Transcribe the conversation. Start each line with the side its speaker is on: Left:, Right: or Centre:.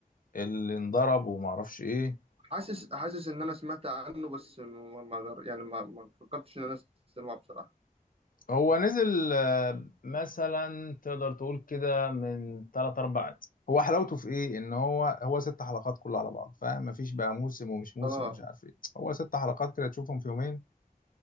Left: اللي انضرب وما اعرفش ايه
Right: حاسس حاسس ان انا سمعت عنه بس ما ما غير يعني ما ما فكرتش ان انا اسمعه بصراحه
Left: هو نزل آه، مثلا تقدر تقول كده من 3 4 هو حلاوته في ايه ان هو هو ست حلقات كله على بعض فاهم مفيش بقى موسم ومش موسم
Right: اه
Left: ومش عارف ايه هو ست حلقات كده تشوفهم في يومين